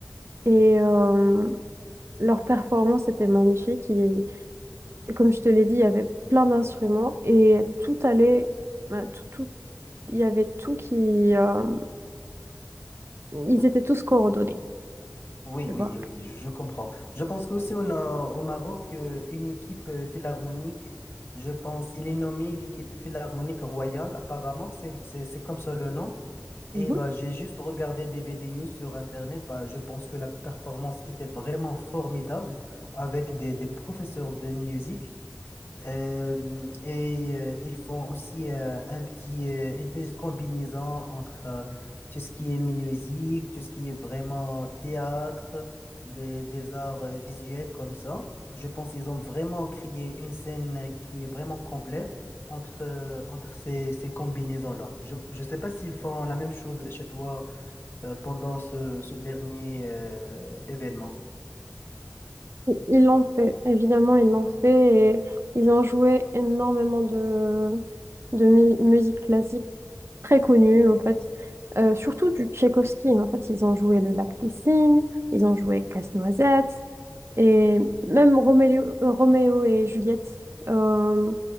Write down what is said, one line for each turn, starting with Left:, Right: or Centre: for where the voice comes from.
Right: et euh, leur performance était magnifique. Et, et comme je te l'ai dit, il y avait plein d'instruments et tout allait, bah, tout, tout- il y avait tout qui, euh, ils étaient tous coordonnés,
Left: Oui,
Right: tu
Left: oui,
Right: vois.
Left: eh oui, je comprends. Je pense qu'aussi on a au Maroc euh, une équipe euh, philharmonique. Je pense, elle est nommée l'équipe philharmonique royale, apparemment, c'est c'est- c'est comme ça le nom.
Right: Mhm.
Left: Et bah, j'ai juste regardé des vidéos sur Internet. Bah, je pense que la performance était vraiment formidable avec des, des professeurs de musique. Euh, et euh, ils font aussi euh, un petit, euh, une petite combinaison entre euh, tout ce qui est musique, tout ce qui est vraiment théâtre, des, des arts euh, visuels comme ça. Je pense qu'ils ont vraiment créé une scène qui est vraiment complète entre, euh, entre ces, ces combinaisons-là. Je ne sais pas s'ils font la même chose chez toi euh, pendant ce, ce dernier euh, événement.
Right: Ils l'ont fait, évidemment, ils l'ont fait et ils ont joué énormément de, de mu- musique classique très connue, en fait. Euh, surtout du Tchaïkovski, en fait, ils ont joué Le Lac des Cygnes, ils ont joué Casse-Noisette et même Roméo, euh, Roméo et Juliette. Euh,